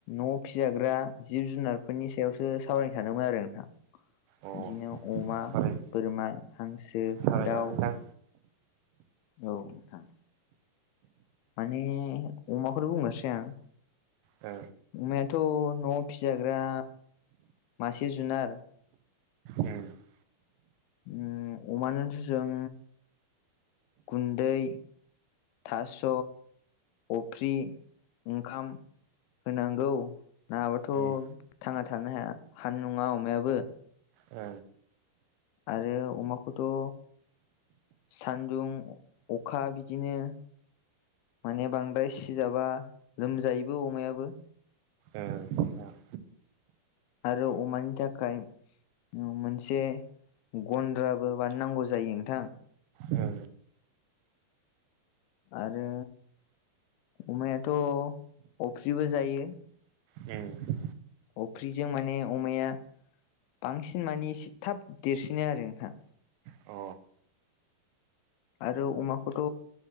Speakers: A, on the left (about 80°); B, on the right (about 80°).
A: न' फिजाग्रा जिब जुनारफोरनि सायावसो सावरायनो थादोंमोन आरो नोंथां।
B: अ
A: बिदिनो अमा
B: सावराय
A: बोरमा हांसो
B: सावरायजागोन
A: दाउ
B: नोंथां
A: औ नोंथां। माने अमाखौनो बुंनोसै आं।
B: ओ
A: अमा आथ' न'आव फिजाग्रा मासे जुनार
B: ओं
A: उम अमानोथ' जों गुन्दै थास' अफ्रि ओंखाम होनांगौ नाङाबाथ'
B: उम
A: थांना थानो हाया हानाय नङा अमायाबो
B: ओ
A: आरो अमाखौथ' सानदुं अखा बिदिनो माने बांद्राय सिजाबा लोमजायोबो अमायाबो
B: ओ नोंथां
A: आरो अमानि थाखाय मोनसे गन्द्राबो मानो नांगौ जायो नोंथां।
B: ओ
A: आरो अमायाथ' अफ्रिबो जायो।
B: उम
A: अफ्रिजों माने अमाया बांसिन माने एसे थाब देरसिनो आरो नोंथां।
B: अ
A: आरो अमाखौथ'